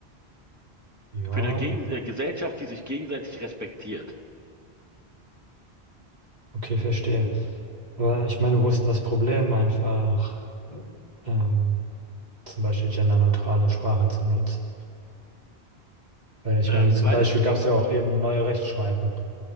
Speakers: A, on the right (about 40°); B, on the right (about 15°).
A: Ja,
B: Für eine Gegen äh, Gesellschaft, die sich gegenseitig respektiert.
A: okay, verstehe. Aber ich meine, wo ist denn das Problem, einfach ähm, zum Beispiel genderneutrale Sprache zu nutzen? Weil ich
B: Ähm,
A: meine, zum
B: weil
A: Beispiel gab es ja auch eben neue Rechtschreibung,